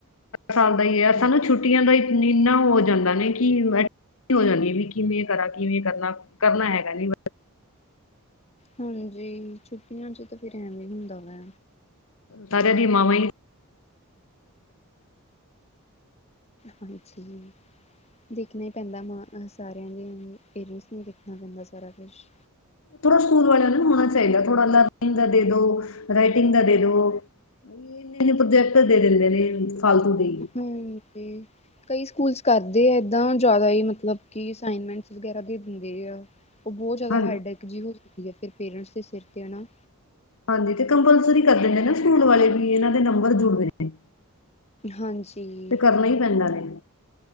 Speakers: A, on the left; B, on the left.
A: ਸਾਲ ਦਾ ਹੀ ਹੈ,
B: ਹਾਂ
A: ਸਾਨੂੰ ਛੁੱਟੀ ਛੁੱਟੀਆਂ ਦਾ, <inaudible> ਇੰਨਾ ਹੋ ਜਾਂਦਾ ਨੇ ਕਿ ਹੋ ਜਾਂਦੀ ਵੀ, ਕਿਵੇਂ ਕਰਾਂ, ਕਿਵੇਂ ਕਰਨਾ, ਕਰਨਾ ਹੈਗਾ ਨੀ।
B: ਹਾਂਜੀ, ਛੁੱਟੀਆਂ ਚ ਤਾਂ ਫਿਰ ਐਵੇਂ ਹੁੰਦਾ ਵਾ
A: ਸਾਰਿਆਂ ਦੀਆਂ ਮਾਵਾਂ ਹੀ
B: ਹਾਂਜੀ ਦੇਖਣਾ ਹੀ ਪੈਂਦਾ ਮ, ਸਾਰਿਆਂ ਦੇ ਪੇਰੈਂਟਸ ਨੂੰ ਦੇਖਣਾ ਪੈਂਦਾ ਸਾਰਾ ਕੁੱਛ।
A: ਥੋੜਾ ਸਕੂਲ ਵਾਲਿਆਂ ਨੂੰ ਹੋਣਾ ਚਾਹੀਦਾ, ਥੋੜਾ ਲਰਨਿੰਗ ਦਾ ਦੇ ਦੋ, ਰਾਈਟਿੰਗ ਦਾ ਦੇ ਦੋ। ਇੰਨੇ-ਇੰਨੇ ਪ੍ਰੋਜੈਕਟ ਦੇ ਦਿੰਦੇ ਨੇ ਫਾਲਤੂ ਦੇਈ।
B: ਹਮ, ਤੇ ਕਈ ਸਕੂਲਸ ਕਰਦੇ ਆ ਏਦਾਂ, ਜ਼ਿਆਦਾ ਹੀ ਮਤਲਬ ਕਿ ਅਸਾਈਨਮੈਂਟ ਵਗੈਰਾ ਦੇ ਦਿੰਦੇ ਆ। ਉਹ ਬਹੁਤ ਜ਼ਿਆਦਾ
A: ਹਾਂ
B: ਹੈਡ ਐਕ ਜਿਹੀ ਹੋ ਜਾਂਦੀ ਆ, ਫਿਰ ਪੇਰੈਂਟਸ ਦੇ ਸਿਰ ਤੇ ਹੈ ਨਾ।
A: ਹਾਂਜੀ, ਤੇ ਕੰਪਲਸਰੀ ਕਰ ਦਿੰਦੇ ਨਾ ਸਕੂਲ ਵਾਲੇ਼, ਵੀ ਏਨਾਂ ਦੇ ਨੰਬਰ ਜੁੜ ਦੇ ਨੇ।
B: ਹਾਂਜੀ।
A: ਤੇ ਕਰਨਾ ਈ ਪੈਂਦਾ ਨੇ।